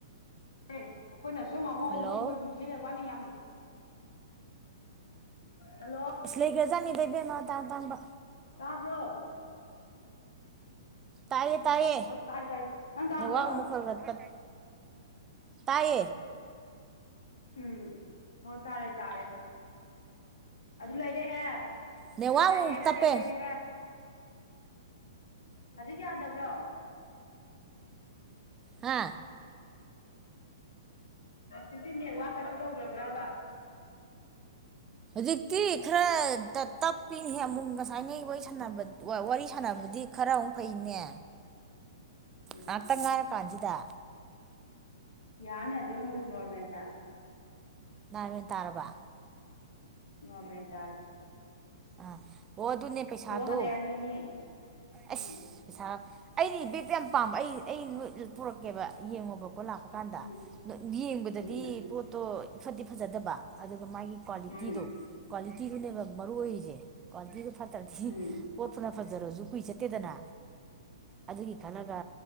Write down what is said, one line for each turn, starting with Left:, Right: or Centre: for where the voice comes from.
Left: ꯎꯝ ꯑꯩꯈꯣꯏꯅ ꯁꯨꯝ ꯑꯍꯣꯡ
Right: ꯍꯜꯂꯣ
Left: ꯑꯍꯣꯡꯕ ꯁꯨꯝ ꯁꯤꯖꯤꯖ ꯋꯥꯅꯤ ꯌꯥꯝ ꯍꯜꯂꯣ
Right: ꯏꯁ ꯂꯒꯖꯅ ꯅꯤ ꯦꯕꯦ ꯃꯥ ꯇꯥꯡ ꯇꯥꯡꯝꯕ
Left: ꯇꯥꯕ꯭ꯔꯣ
Right: ꯇꯥꯏꯌꯦ
Left: ꯎꯝ
Right: ꯇꯥꯏꯌꯦ
Left: ꯍꯣꯏ ꯊꯥꯏ ꯇꯥꯕ꯭ꯔꯣ
Right: ꯅꯦꯠꯋꯥꯛ ꯑꯃꯨꯛ ꯈꯔ ꯈꯔ ꯇꯥꯏꯌꯦ
Left: ꯎꯝ ꯍꯣꯏ ꯇꯥꯔꯦ ꯇꯥꯔꯦ ꯑꯗꯨ ꯂꯩꯔꯦꯦ
Right: ꯅꯦꯠꯋꯥꯛ
Left: ꯐꯨꯔꯤꯠ ꯂꯩꯔꯦ
Right: ꯑꯃꯨꯛ ꯇꯞꯄꯦ
Left: ꯕꯦꯛ ꯂꯩꯔꯦ ꯍꯧꯖꯤꯛ ꯌꯥꯗꯕ꯭ꯔꯣ
Right: ꯍꯥꯥ
Left: ꯍꯧꯖꯤꯛꯇꯤ ꯅꯦꯠꯋꯥꯛꯀꯁꯨ ꯇꯧꯗꯗ꯭ꯔꯕ
Right: ꯍꯧꯖꯤꯛꯇꯤ ꯈꯔ ꯇꯞꯄꯤꯅꯤꯍ ꯑꯃꯨꯛ ꯉꯁꯥꯏ ꯅ ꯋꯥꯔꯤ ꯋꯥꯔꯤ ꯁꯥꯟꯅꯕꯗꯤ ꯈꯔ ꯑꯃꯨꯛ ꯐꯩꯅꯦ
Left: ꯎꯝ
Right: ꯅꯠꯇ ꯉꯥꯏꯔ ꯀꯖꯤꯗ
Left: ꯏꯟꯗꯤꯌꯥꯅꯦ ꯍꯧꯖꯤꯛ ꯅꯣꯃꯦꯟ ꯇꯥꯔꯦ
Right: ꯅꯃꯟ ꯇꯥꯔꯔꯕ
Left: ꯅꯃꯦꯟ ꯇꯔ
Right: ꯑꯥ ꯑꯣ ꯑꯗꯨꯅꯦ ꯄꯩꯁꯥꯗꯨ
Left: ꯍꯜꯂꯛꯑꯦ ꯅꯣꯏꯅꯤ
Right: ꯑꯁ
Left: ꯎꯝ
Right: ꯄꯩꯁꯥ ꯑꯩꯗꯤ ꯕꯦꯛ ꯄꯥꯝꯕ ꯑꯩ ꯑꯩ ꯄꯨꯔꯛꯀꯦꯕ ꯌꯦꯡꯉꯣꯕꯀꯣ ꯂꯥꯛꯄ ꯀꯥꯟꯗ
Left: ꯎꯝ
Right: ꯌꯦꯡꯕꯗꯗꯤ
Left: ꯎꯝ
Right: ꯄꯣꯠꯇꯣ ꯏꯐꯗꯤ ꯐꯖꯗꯕ ꯑꯗꯨ ꯃꯥꯒꯤ ꯀ꯭ꯋꯥꯂꯤꯇꯤꯗꯣ
Left: ꯎꯝ
Right: ꯀ꯭ꯋꯥꯂꯤꯇꯤꯗꯨꯅꯦꯕ ꯃꯔꯨ ꯑꯣꯏ ꯀ꯭ꯋꯥꯂꯤꯇꯤ ꯐꯠꯇ꯭ꯔꯗꯤ
Left: ꯎꯝ
Right: ꯄꯣꯠ ꯇꯨꯅ ꯐꯔꯁꯨ ꯀꯨꯏ ꯆꯠꯇꯦꯗꯅ ꯑꯗꯨꯒꯤ ꯈꯟꯂꯒ